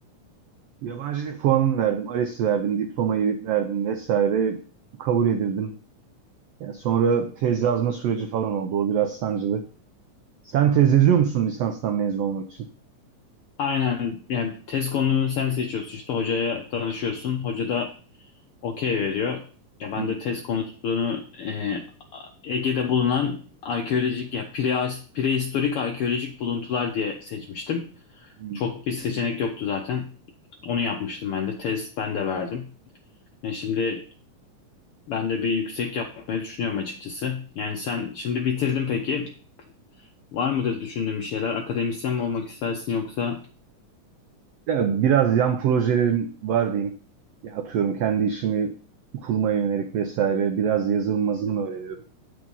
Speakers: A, on the right; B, on the left.
A: Yabancı dil puanını verdim, ALES'i verdim, diplomayı verdim vesaire kabul edildim. Ya sonra tez yazma süreci falan oldu. O biraz sancılı. Sen tez yazıyor musun lisanstan mezun olmak için?
B: Aynen yani test konunu sen seçiyorsun işte hocaya danışıyorsun. Hoca da okey veriyor. Ya ben
A: Hı,
B: de test konusunu e, Ege'de bulunan arkeolojik ya pre, prehistorik arkeolojik buluntular diye seçmiştim.
A: hı.
B: Çok bir seçenek yoktu zaten. Onu yapmıştım ben de. Tez ben de verdim. Ya şimdi ben de bir yüksek yapmayı düşünüyorum açıkçası. Yani sen şimdi bitirdin peki. Var mıdır düşündüğün bir şeyler? Akademisyen mi olmak istersin yoksa
A: Ya biraz yan projelerim var diyeyim. Ya atıyorum kendi işimi kurmaya yönelik vesaire. Biraz yazılım mı öğreniyorum.